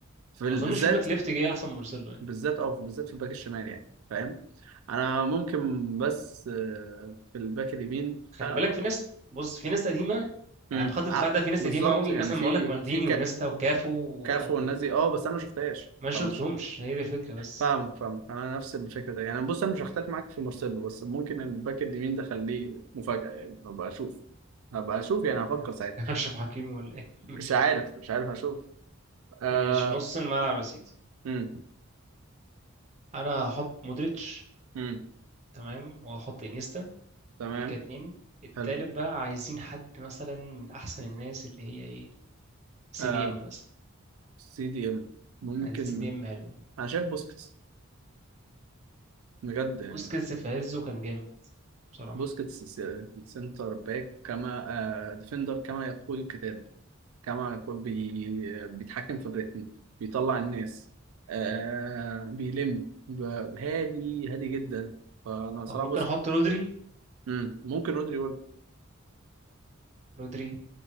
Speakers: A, on the right; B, on the right.
A: في ال-
B: ما اظنش
A: بالذات
B: في باك ليفت جه احسن من مارسيلو يعني
A: بالذات اه بالذات في الباك الشمال يعني فاهم انا ممكن بس آه، في الباك اليمين
B: خلي
A: ها-
B: بالك في ناس بص في ناس قديمه
A: مم،
B: يعني بخط الدفاع
A: ع-
B: ده في ناس
A: بالظبط
B: قديمه قوي
A: يعني
B: مثلا
A: في
B: ما اقول لك مالديني
A: في ك-
B: ونيستا وكافو
A: كافو
B: او
A: والناس دي اه بس انا ما شفتهاش
B: ما شفتهمش
A: فمش
B: هي دي الفكره بس
A: فاهمك فاهمك انا نفس الفكره ده يعني بص انا مش هختلف معاك في مارسيلو بس ممكن ان الباك اليمين ده خليه مفاجاه يعني هبقى اشوف هبقى اشوف يعني هفكر
B: <laughs>
A: ساعتها
B: اشرف حكيمي ولا ايه <laughs> ماشي
A: مش عارف مش عارف اشوف آه
B: ماشي نص الملعب يا سيدي
A: امم
B: انا هحط مودريتش
A: امم
B: تمام وهحط انيستا
A: تمام
B: دول كده اتنين التالت
A: حلو
B: بقى عايزين حد مثلا من احسن الناس اللي هي ايه سي
A: آه
B: دي ام مثلا
A: سي دي ام ممكن
B: عايزين سي دي ام حلو
A: انا شايف بوسكيتس بجد
B: بوسكيتس
A: يعني
B: في عزه كان جامد بصراحة
A: بوسكيتس س- سنتر باك كما آه ديفندر كما يقول الكتاب كما يقول بي بيتحكم في الريتم بيطلع الناس آه بيلم ب- هادي هادي جدا فانا صراحه
B: أو ممكن
A: بص
B: أحط رودري
A: مم. ممكن رودري برضه
B: رودري